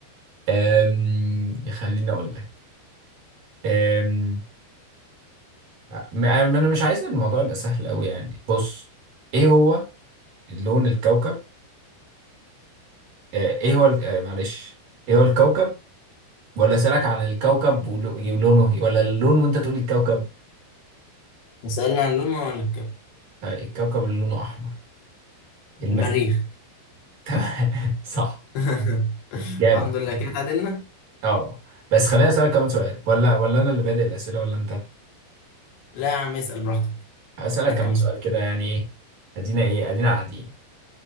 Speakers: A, on the right (about 55°); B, on the left (about 70°).
A: آم، خليني اقول لك آم، م- انا مش عايز الموضوع يبقى سهل قوي يعني بص ايه هو لون الكوكب آه، ايه هو ال- آه، معلش ايه هو الكوكب ولا اسالك عن الكوكب ولو- ولونه ولا اللون وانت تقول لي الكوكب
B: وسألنا عن لون ولا
A: آه، الكوكب اللي لونه احمر المريخ
B: المريخ
A: <laughs> تمام صح
B: <laughs>
A: جامد
B: الحمد لله كده اتعادلنا
A: اه بس خليني اسالك كمان سؤال ولا ولا انا اللي بادئ الاسئله ولا انت
B: لا يا عم اسأل براحتك
A: هسالك
B: هات
A: كمان
B: كمان
A: سؤال كده يعني ايه ادينا ايه ادينا قاعدين